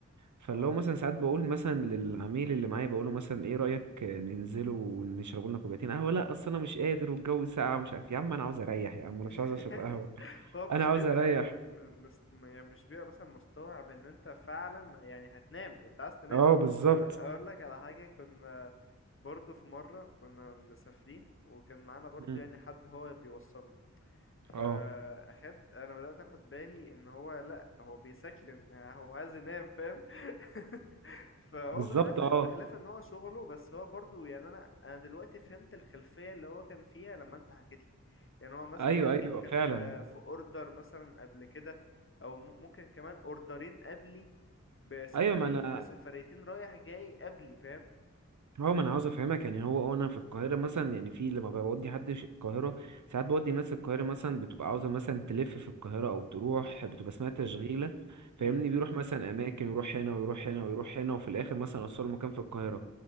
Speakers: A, on the right (about 75°); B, on the left (about 45°).
A: فاللي
B: اه
A: هو مثلا ساعات بقول
B: انت
A: مثلا للعميل اللي معايا بقوله مثلا إيه رأيك ننزلوا ونشربوا لنا كوبايتين قهوة لأ أصل أنا مش قادر والجو ساقع ومش عارف يا عم أنا عاوز أريح يا عم أنا
B: <laughs>
A: مش عاوز أشرب قهوة
B: هو مش
A: أنا عاوز
B: بيبقى
A: أريح
B: م... م... مست... م- يعني مش بيبقى مثلا مستوعب ان انت فعلا يعني هتنام انت عايز تنام
A: أه بالظبط
B: يعني اقول لك على حاجة كنا برضو في مرة كنا مسافرين وكان معانا برضو
A: مم.
B: يعني حد هو بيوصلنا فاخدت
A: أه
B: انا بدأت اخد بالي ان هو لا هو بيسكلن هو عايز ينام فاهم <laughs> فهو
A: بالظبط
B: بخلاف
A: أه
B: بخلاف ان هو شغله بس هو برضو يعني انا انا دلوقتي فهمت الخلفية اللي هو كان فيها لما انت حكيت لي يعني هو مثلا
A: أيوه
B: اكيد
A: أيوه
B: كان
A: فعلا
B: في في اوردر مثلا قبل كده او م- ممكن كمان اوردرين قبلي بسفري
A: ايوه ما انا
B: بسفريتين رايح جاي قبلي فاهم
A: هو ما انا عاوز افهمك يعني هو آه، انا في القاهره مثلا يعني في لما بودي حد ش- القاهره ساعات بودي ناس القاهره مثلا بتبقى عاوزه مثلا تلف في القاهره او تروح بتبقى
B: م-
A: اسمها تشغيله
B: م-
A: فاهمني
B: م-
A: بيروح مثلا اماكن يروح هنا ويروح هنا ويروح هنا وفي الاخر مثلا اوصله مكان في القاهره